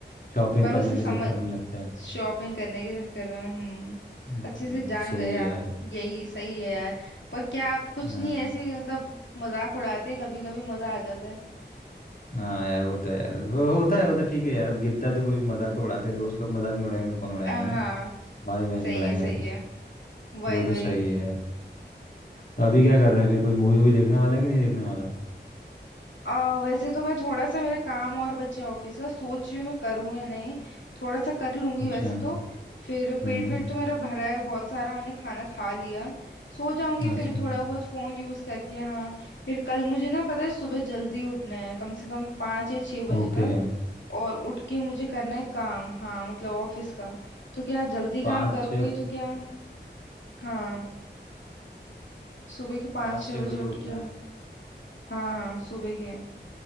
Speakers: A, on the left (about 50°); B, on the left (about 80°).
A: शॉपिंग
B: पर
A: करने
B: उससे समझ
A: के चक्कर में लगता है
B: शॉपिंग करने के चक्कर में हम्म
A: हम्म
B: अच्छे से जान
A: सही
B: गए
A: है
B: आप
A: यार
B: यही सही है यार पर क्या आप कुछ
A: हाँ
B: नहीं ऐसे मतलब मजाक उड़ाते हैं कभी कभी मजा आ जाता है
A: हाँ यार वो तो है यार वो होता है वो तो ठीक है यार अब गिरता है तो कोई भी मजाक तो उड़ाते हैं दोस्त लोग मजाक नहीं उड़ाएंगे तो कौन उड़ाएंगे
B: हाँ
A: नहीं भाई बहन
B: सही
A: नहीं उड़ाएंगे
B: है सही
A: तो
B: है वही
A: वो तो
B: वही
A: सही है यार तो अभी क्या कर रहा है फिर कोई मूवी वूवी देखने वाला है कि नहीं देखने वाला
B: आ, वैसे तो मैं थोड़ा सा मेरा काम और बच्चे ऑफिस का सोच रही हूँ मैं करूँ या नहीं थोड़ा सा कर लूंगी
A: अच्छा
B: वैसे तो फिर पेट
A: हम्म
B: वेट तो मेरा भरा है बहुत सारा मैंने खाना खा लिया सो जाऊंगी
A: अच्छा
B: फिर थोड़ा बहुत फोन यूज करके हाँ फिर कल मुझे ना पता है सुबह जल्दी उठना है कम से कम पाँच या छह बजे
A: ओके
B: तक और उठ के मुझे करना है काम हाँ मतलब ऑफिस का तो क्या जल्दी
A: पाँच
B: काम करूंगी
A: छः
B: तो क्या हाँ सुबह के पाँच
A: पाँच
B: छह
A: छः
B: बजे
A: बजे
B: उठ
A: उठना
B: के
A: है
B: हाँ सुबह के